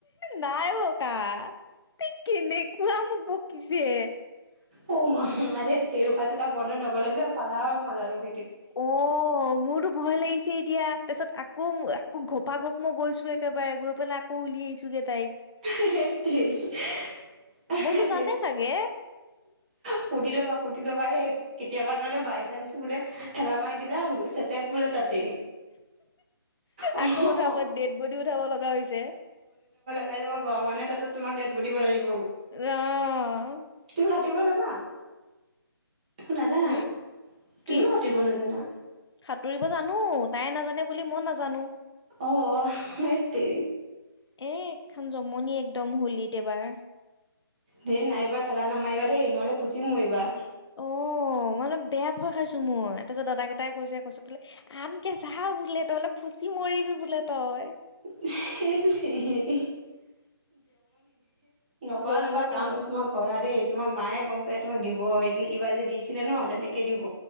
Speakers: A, on the left; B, on the right.
A: নাই ককা ত কেনেকুৱা মোক বকিছে
B: অ ম তেউকা চুকা বন্ধ ন'হলে যে পালা হয় মজাটো <unintelligible>
A: অ মোৰতো ভয় লাগিছে এতিয়া তাৰপিছত আকৌ আকৌ ঘপা ঘপ মই গৈছো একেবাৰে গৈ পেলাই আকৌ উলিয় আহিছোগে তাইক
B: সেইতেত <unintelligible>
A: মইচো জানে চাগে
B: সুধি ল'বা সুধি ল'বা হ কেতিয়াবা নহলে বাই চান্ঞ্চ বোলে ঠেলা মাৰি দিলা চেটেপ বোলে তাত অ',
A: আকৌ উঠাব ডেড বডি উঠাব লগা হৈছে
B: কাই মই গ মানে তা তোমা ডেট দিব ল আহিব <unintelligible>
A: আহ
B: তুমি কাটিব জানা নাজানা
A: হম
B: তুমিও
A: কি
B: কাটিব নাজানা
A: সাঁতুৰিব জানো তাই নাজানে বুলি মই নাজানো
B: অ আ্তৰি
A: এ এখন জমনি একদম হোলিত এবাৰ
B: দেই নাইবা ঠেলা নামাৰিবা দেই নহ'লে পুচিম এইবা
A: অ', মই অলপ বেয়া ভয় খাইছো মই তাৰপিছত দাদা কেইটাই কৈছে কৈছো বোলে আনকে চা বোলে তই অলপ ফুচি মৰিবি বোলে তই।
B: জম নিদে নকৰা
A: জমনি
B: নকৰা কাম
A: জমনি
B: কিছুমান কৰা দেই তোমাৰ মায়ে গম পায় তোমাক দিব। হৈ এইবাৰ যে দিছিলে ন' তেনেকে দিব।